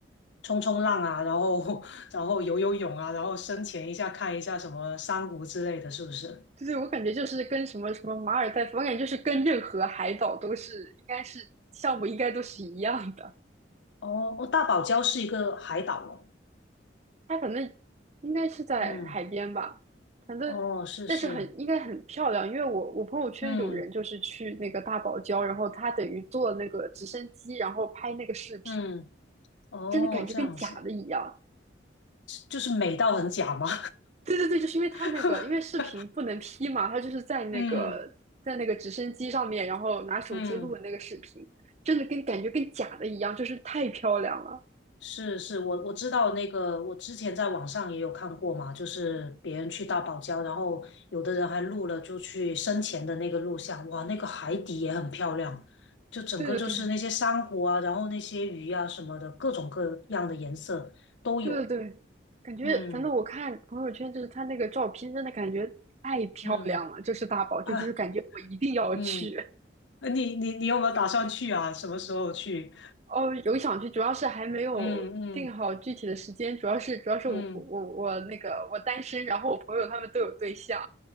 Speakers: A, on the left; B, on the right.
A: 冲冲浪啊，然后 <laughs> 然后游游泳啊，然后深潜一下看一下什么珊瑚之类的，是不是？
B: 对对，我感觉就是跟什么什么马尔代夫，我感觉就是跟任何海岛都是，应该是项目应该都是一样的。
A: 哦哦，大堡礁是一个海岛哦。
B: 它可能应该是在海边吧，
A: 嗯，
B: 反正
A: 哦，是是，
B: 但是很应该很漂亮，因为我我朋友圈有人就是去那个大堡礁，
A: 嗯
B: 然后他等于坐那个直升机，然后拍那个视频，
A: 嗯，哦，
B: 真的感觉跟假的一样。
A: 这样子，就是美到很假吗？
B: 对对对，就是因为他那个，
A: <laughs>
B: 因为视频不能 P 嘛，他就是在那个在那个直升机上面，
A: 嗯
B: 然后拿手机录的那个视频，
A: 嗯，
B: 真的跟感觉跟假的一样，就是太漂亮了。
A: 是是，我我知道那个，我之前在网上也有看过嘛，就是别人去大堡礁，然后有的人还录了就去生前的那个录像，哇，那个海底也很漂亮，就整个就是那些珊瑚啊，
B: 对对对
A: 然后那些鱼啊什么的，各种各样的颜色都有。
B: 对对对，感觉反正我看朋友圈，
A: 嗯。
B: 就是他那个照片，真的感觉太漂亮了。
A: 嗯
B: 就是大宝，就就是感觉我一定要去。
A: 啊，嗯，呃你你你有没有打算去啊？什么时候去？
B: 哦，有想去，主要是还没有定好具体的时间，
A: 嗯嗯
B: 主要是主要是我我我我那个我单身，
A: 嗯，
B: 然后我朋友他们都有对象。